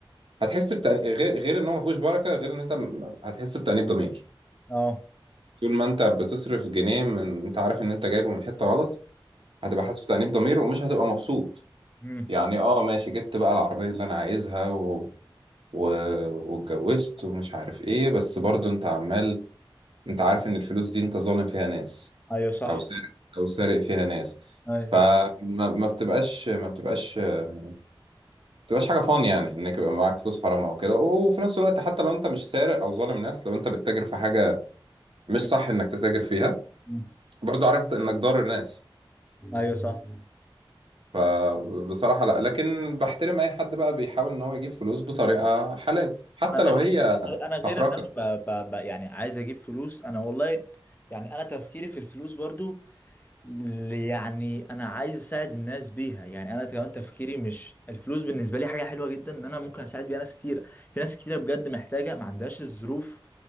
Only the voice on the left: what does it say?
اه
اه
ايوه صح
ايوه
صح
مم.
مم.
ايوه صح
انا
غير
انا غير
ان انا ب... ب... ب... يعني عايز اجيب فلوس انا والله يعني انا تفكيري في الفلوس برضو ل- يعني انا عايز اساعد الناس بيها يعني انا كمان تفكيري مش الفلوس بالنسبه لي حاجه حلوه جدا ان انا ممكن اساعد بيها ناس كتير في ناس كتيره بجد محتاجه ما عندهاش الظروف